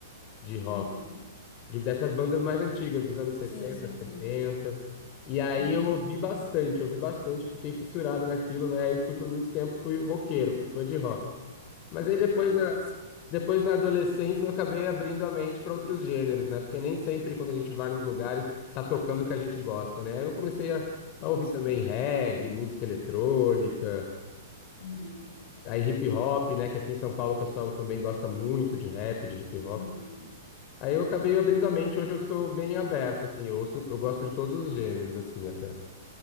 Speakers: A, on the left; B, on the left.
A: de rock.
B: Uhum.
A: de- dessas bandas mais antigas, dos anos sessenta,
B: Sim, sim, sim.
A: setenta E aí
B: Uhum.
A: eu ouvi bastante, ouvi bastante, fiquei fissurado naquilo, né? E fui por muito tempo, fui roqueiro, fui fã de rock. Mas aí depois
B: Ah, massa.
A: na, depois na adolescência eu acabei abrindo a mente para outros gêneros, né? Porque nem sempre quando a gente vai nos lugares tá tocando o que a gente gosta, né? Aí eu comecei a, a ouvir
B: Isso.
A: também reggae, música eletrônica,
B: Uhum.
A: aí hip hop, né? Que aqui em São Paulo o pessoal também gosta muito de rap, de hip hop.
B: Uhum.
A: Aí eu acabei abrindo a mente, hoje eu sou bem aberto, assim, eu ouço, eu gosto de todos os gêneros, assim, até.